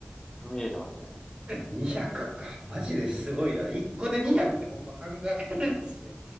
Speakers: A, on the left (about 20°); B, on the right (about 25°).
A: 踏み入れてますね。
B: 200か。マジですごいな。1個で200ってほんま考えられないですね。